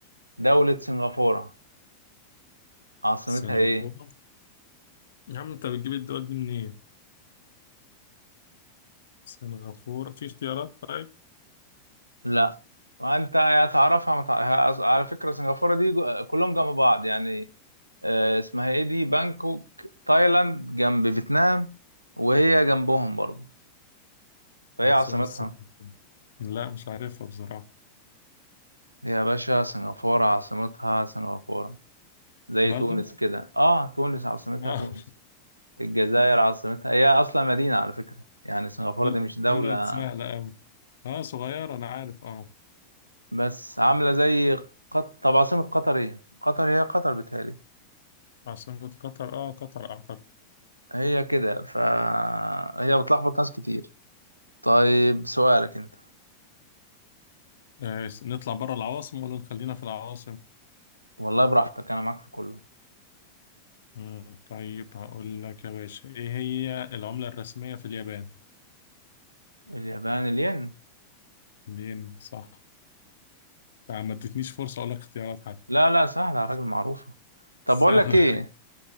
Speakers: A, on the right (about 85°); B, on the left (about 65°).
A: دولة سنغافورة عاصمتها
B: سنغافوره
A: إيه؟
B: يا عم انت بتجيب الدول دي منين سنغافوره في اختيارات طيب
A: لا وأنت يا تعرفها ما تع... على فكرة سنغافورة دي جو- كلهم جنب بعض يعني آه، اسمها إيه دي بانكوك تايلاند جنب فيتنام وهي جنبهم برضه فهي
B: عاصمة
A: عاصمتها
B: سنغافورة لا مش عارفها بصراحه
A: يا باشا سنغافورة عاصمتها سنغافورة زي
B: برضو
A: تونس كده اه تونس عاصمتها
B: اه
A: تونس الجزائر عاصمتها هي اصلا مدينة على فكرة يعني سنغافورة
B: <laughs>
A: دي مش دولة
B: طلعت سهله قوي اه صغيره انا عارف اه
A: بس عاملة زي قط... طب عاصمة قطر ايه قطر هي قطر بتهيألي
B: عاصمة قطر اه قطر اعتقد
A: هي كده فهي بتلخبط ناس كتير طيب سؤالك انت
B: آه نطلع بره العواصم ولا نخلينا في العواصم
A: والله براحتك انا معاك في كله
B: مم، طيب هقول لك يا باشا ايه هي العملة الرسمية في اليابان
A: اليابان الين
B: الين صح آه، ما ادتنيش فرصة أقول لك اختيارات حتى
A: لا لا سهلة يا راجل معروفة طب
B: سهلة
A: بقول لك ايه